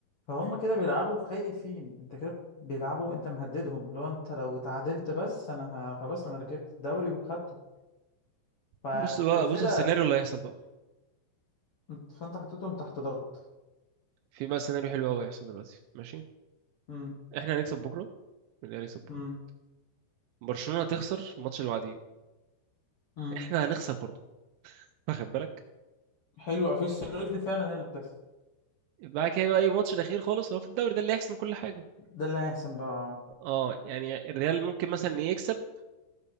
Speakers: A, on the left; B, on the right.
A: فهم <laughs> كده بيلعبوا خايفين انت كده بيلعبوا انت مهددهم لو انت لو تعادلت بس انا ه- خلاص انا ركبت الدوري وخدته فالفرقة
B: بص بقى بص السيناريو اللي هيحصل بقى
A: فانت حطيتهم تحت ضغط
B: في بقى سيناريو حلو قوي هيحصل دلوقتي ماشي
A: امم
B: احنا هنكسب بكره والريال هيكسب بكره
A: امم
B: برشلونه هتخسر الماتش اللي بعديه
A: امم
B: احنا هنخسر برضه واخد بالك
A: حلو على فكرة السيناريو دي فعلا هي اللي بتحصل
B: بعد كده بقى ايه الماتش الاخير خالص اللي هو في الدوري ده اللي هيحسم كل حاجه
A: ده اللي هيحسن بقى
B: اه يعني الريال ممكن مثلا إيه يكسب